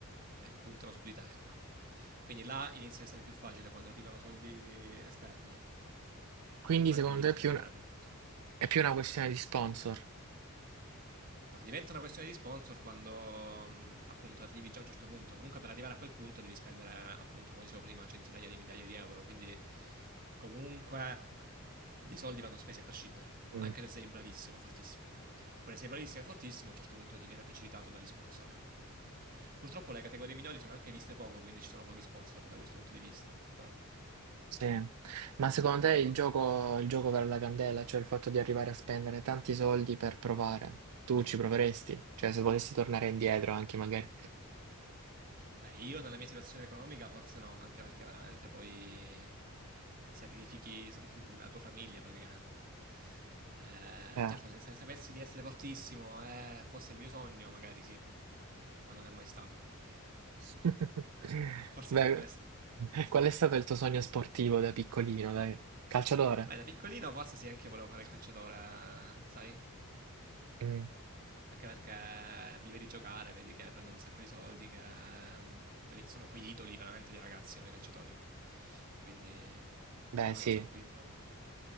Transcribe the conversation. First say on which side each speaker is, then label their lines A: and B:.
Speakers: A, on the right; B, on the right.
A: e puntano su di te, ecco. Quindi là inizia a essere più facile quando arrivano soldi esterni.
B: Quindi,
A: Ma anche
B: secondo
A: lì
B: te,
A: bisogna
B: è più
A: arrivare
B: una,
A: a quel punto.
B: è più una questione di sponsor?
A: No, diventa una questione di sponsor quando mh, appunto arrivi già a un certo punto. Comunque per arrivare a quel punto devi spendere appunto, come dicevo prima, centinaia di migliaia di euro. Quindi comunque dei soldi vanno spesi a prescindere,
B: Mm,
A: anche se sei bravissimo e fortissimo. Poi se sei bravissimo e fortissimo a un certo punto diviene facilitato dagli sponsor, ecco. Purtroppo le categorie minori sono anche viste poco, quindi ci sono pochi sponsor da questo punto di vista, però
B: Sì. Ma secondo
A: qualcuno
B: te
A: lo
B: il
A: trovi.
B: gioco, il gioco vale la candela? Cioè, il fatto di arrivare a spendere tanti soldi per provare? Tu ci proveresti? Cioè, se potessi tornare indietro anche magari.
A: Beh, io nella mia situazione economica forse no, anche perché veramente poi sacrifichi <laughs> la tua famiglia praticamente. Eh,
B: Eh.
A: certo, se, se sapessi di essere fortissimo e fosse il mio sogno, magari sì, ma non è mai stato, quindi
B: <laughs>
A: forse
B: Beh,
A: per questo.
B: qual è stato il tuo sogno sportivo da piccolino, dai? Calciatore?
A: Beh, da piccolino forse sì, anche io volevo fare il calciatore, sai?
B: Mm.
A: Anche perché li vedi giocare, vedi che prendono un sacco di soldi, che mm, quelli sono poi idoli veramente dei ragazzi, no, i calciatori. Quindi
B: Beh,
A: è una
B: sì,
A: cosa in cui un po'...